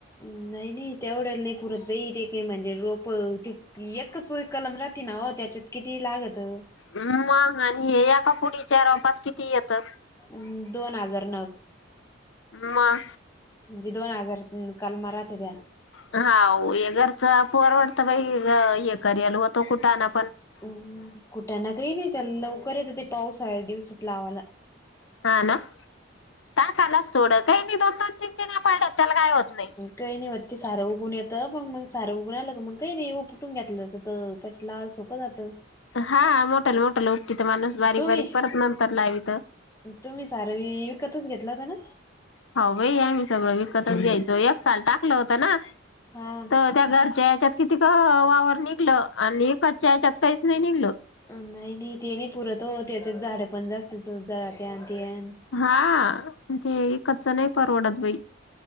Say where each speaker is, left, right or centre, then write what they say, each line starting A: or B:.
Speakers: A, on the left; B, on the left.
A: नाही नाही तेवढ्याला नाही पुरत बाई, ते काही म्हणजे रोप ते एकच कलम राहते ना हो त्याच्यात किती लागतं?
B: मग आणि हे आता पुडीच्या रोपात किती येतं?
A: अम्म दोन हजार नग
B: मग.
A: जे दोन हजार कलमा राहतेत्या
B: हा हो हे घरच परवडतं, बाई ये करायला होतो कुठाना
A: हम्म कुठाना काही नाही त्याला लवकर येत, ते पावसाळ्या दिवसात लावायला.
B: हा ना टाकालाच थोडं काही नाही दोन दोन तीन तीन <unintelligible> त्याला काय होत नाही.
A: काही नाही म ते सारं उगुन येतं पण मग सारं उगुन आलं मग काही नाही उपटून <unintelligible> जातं
B: हा मोटल मोटल <unintelligible> माणूस बारीक
A: तुम्ही
B: बारीक परत नंतर लावीत.
A: तुम्ही सारवी विकतच घेतला होता ना?
B: हो बाई आम्ही सगळं विकतच घ्यायचो एक साल टाकलं होतं ना.
A: हा
B: तर त्या घरच्या याच्यात <unintelligible> <unintelligible> वावर निघलं आणि कच्च्या ह्याच्यात काहीच नाही निघलं.
A: अम्म नाही नाही ते नाही पुरत हो त्याचे झाड पण जास्तच <unintelligible>
B: हा ते कच्च नाही परवडत बाई